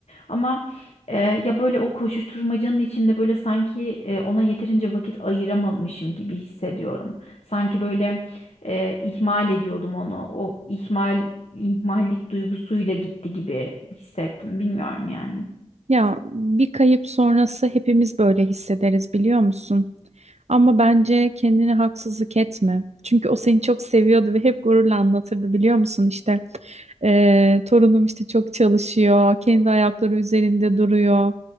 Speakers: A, on the left; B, on the right.
A: Ama e, ya böyle o koşuşturmacanın içinde böyle sanki e, ona yeterince vakit ayıramamışım gibi hissediyorum. Sanki böyle e, ihmal ediyordum onu. O ihmal ihmallik duygusuyla gitti gibi hissettim. Bilmiyorum yani.
B: Ya bir kayıp sonrası hepimiz böyle hissederiz biliyor musun? Ama bence kendine haksızlık etme. Çünkü o seni çok seviyordu ve hep gururla anlatırdı biliyor musun İşte eee, torunum işte çok çalışıyor, kendi ayakları üzerinde duruyor.